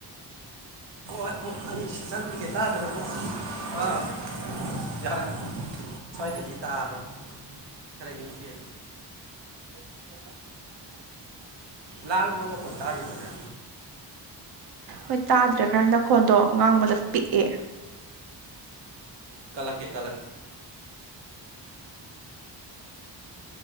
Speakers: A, on the right; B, on the right.
A: ꯈꯣ ꯑꯩ ꯁꯟꯦ ꯇꯥꯗꯅ ꯑꯥ ꯌꯥꯔꯦ ꯁ꯭ꯋꯥꯏꯗꯗꯤ ꯇꯥꯑꯔꯣꯏ ꯈꯔ ꯏꯪꯁꯤ ꯑꯗꯨꯅꯤ
B: <inaudible>
A: ꯂꯥꯡ ꯋꯥꯕꯥ ꯀꯧꯕ ꯇꯔꯦ ꯋꯥꯗ
B: ꯍꯣꯏ ꯇꯥꯗ꯭ꯔꯦ ꯈꯔ ꯍꯟꯗꯛ ꯐꯣꯟꯗꯣ ꯉꯥꯡꯕꯗ ꯄꯤꯛꯑꯦ
A: ꯀꯂꯀꯦ ꯀꯂꯛ